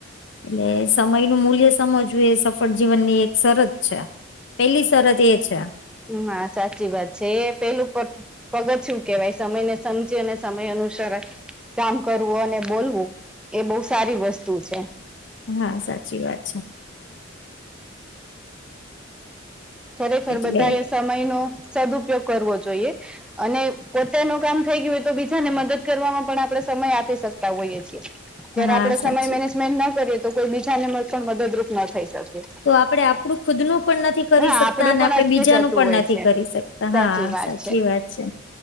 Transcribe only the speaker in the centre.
હા સાચી વાત છે એ પહેલું પણ પગથીયું કેવાય સમયને સમજે અને સમય અનુસર કામ કરવું અને બોલવું એ બહુ સારી વસ્તુ છે.
ખરેખર
બધા એ સમય નો સદઉપયોગ કરવો જોઈએ. અને પોતાનું કામ થઈ ગયું હોય તો બીજાને મદદ કરવાવામાં પણ આપણે સમય આપી શકતા હોઈએ છીએ. જયારે
આપણેે
સમય મેનેજમેન્ટ ના કરીએ તો કોઈ બીજાને પણ મદદરૂપ ન થઈ શકે.
હા
આપડું
પણ
અટકી
જતું
હોય
છે
સાચી
વાત